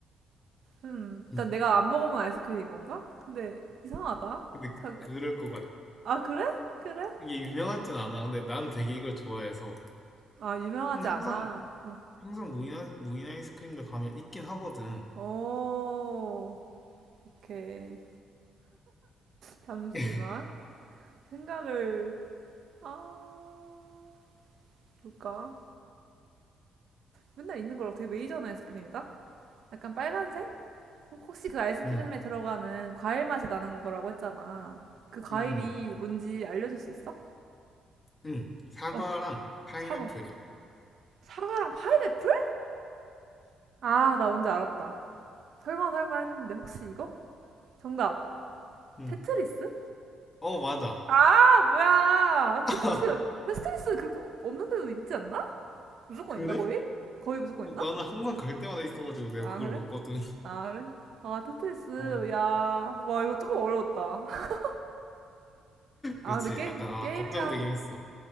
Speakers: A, on the right (about 60°); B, on the left (about 25°).
A: 음, 일단
B: <laughs>
A: 내가 안 먹어본 아이스크림인 건가? 근데 이상하다.
B: 근데
A: 잠깐.
B: 그럴 것 같아.
A: 아, 그래? 그래?
B: 이게 유명하진 않아. 근데 난 되게 이걸 좋아해서.
A: 아, 유명하지
B: 근데
A: 않아.
B: 항상,
A: 어.
B: 항상 무인, 아- 무인 아이스크림들 가면 있긴 하거든.
A: 오, 오케이. 잠시만.
B: <laughs>
A: 생각을, 아, 볼까? 맨날 있는 거랑 되게 메이저한 아이스크림이다? 약간 빨간색? 혹시 그 아이스크림에
B: 응, 응,
A: 들어가는 과일 맛이 나는 거라고 했잖아. 그 과일이
B: 응,
A: 뭔지 알려줄 수 있어?
B: 응. 사과랑
A: 어,
B: 파인애플이야.
A: 사과. 사과랑 파인애플? 아, 나 뭔지 알았다. 설마 설마 했는데 혹시 이거? 정답.
B: 응.
A: 테트리스?
B: 어, 맞아.
A: 아, 뭐야. 아니, 테트리스,
B: <laughs>
A: 테트리스 그렇게 없- 없는 데도 있지 않나? 무조건
B: 그래?
A: 있나, 거의? 거의 무조건
B: 어,
A: 있나?
B: 나는 항상 갈 때마다 있어가지고 내가
A: 아,
B: 그걸
A: 그래?
B: 먹거든. <laughs>
A: 아, 그래? 아, 테트리스.
B: 아.
A: 야, 와, 이거 조금 어려웠다. <laughs> 아,
B: 그치.
A: 근데 게임,
B: 약간, 아,
A: 게임이라
B: 걱정되긴 했어.